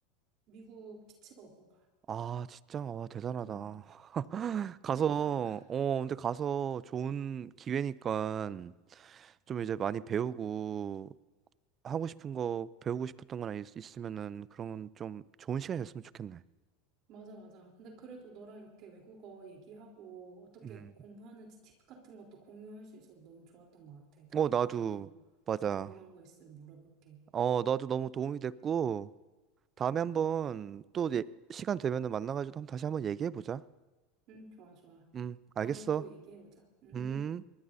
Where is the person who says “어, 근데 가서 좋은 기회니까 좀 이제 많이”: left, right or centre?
Right